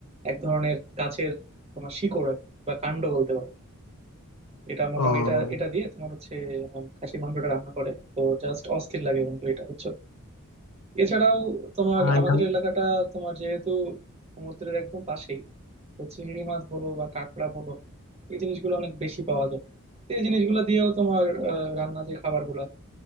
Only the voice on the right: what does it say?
এক ধরনের গাছের তোমার শিকড় আর কি, বা কাণ্ড বলতে পারো এটা মোটামুটি
এটা এটা দিয়ে তোমার হচ্ছে উম, খাসির মাংসটা রান্না করে তো জাস্ট অস্থির লাগে বন্ধু এটা বুঝছো এছাড়াও তোমার
আমাদের
এলাকাটা তোমার যেহেতু সমুদ্রের একদম পাশেই তো চিংড়ি মাছ বলো বা কাঁকড়া বলো এই জিনিসগুলো অনেক বেশি পাওয়া যায় তো এই জিনিসগুলো দিয়েও তোমার আহ, রান্না যে খাবারগুলো